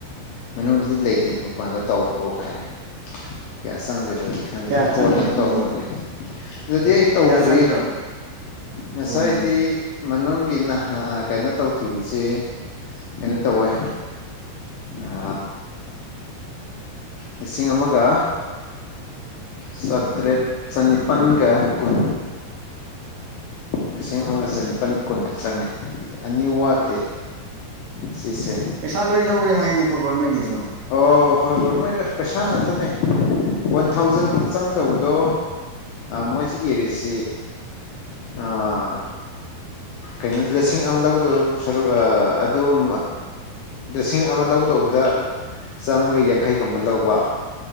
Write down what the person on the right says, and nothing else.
ꯀꯌꯥ
ꯆꯪꯒꯦ ꯑꯗꯨꯒꯤꯗꯣ
ꯀꯌꯥ ꯆꯪꯕ꯭ꯔꯣ
ꯀꯩꯒꯤꯅꯣ
ꯄꯩꯁꯥ ꯂꯣꯏ ꯂꯧꯔꯦ ꯍꯥꯏꯅꯦꯀꯣ ꯒꯣꯔꯃꯦꯟꯒꯤꯁꯨ